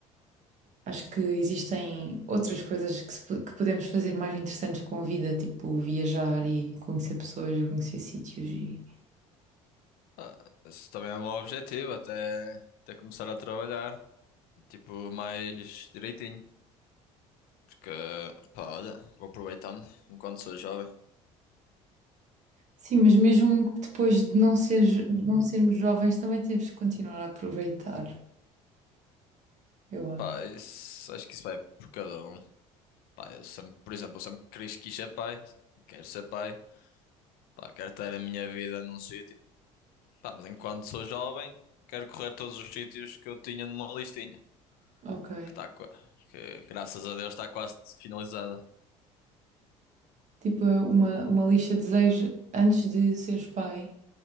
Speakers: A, on the right; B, on the left.
A: acho que existem outras coisas que, se po- que podemos fazer mais interessantes com a vida, tipo viajar e conhecer pessoas, e conhecer sítios e
B: Ah, esse também é um objetivo, até, até começar a trabalhar. Tipo, mais direitinho. Porque, pá, olha, vou aproveitando enquanto sou jovem.
A: Sim, mas mesmo depois de não ser, jo- de não sermos jovens, também temos que continuar a aproveitar, eu acho.
B: Pá, isso- acho que isso vai por cada um. Pá, eu sempre, por exemplo, eu sempre quis, quis ser pai. Quero ser pai. Pá, quero ter a minha vida num sítio. Pá, mas enquanto sou jovem, quero correr todos os sítios que eu tinha numa listinha.
A: Ok.
B: Que tá, qua- que graças a Deus está quase finalizada.
A: Tipo, uma, uma lista de desejos antes de seres pai.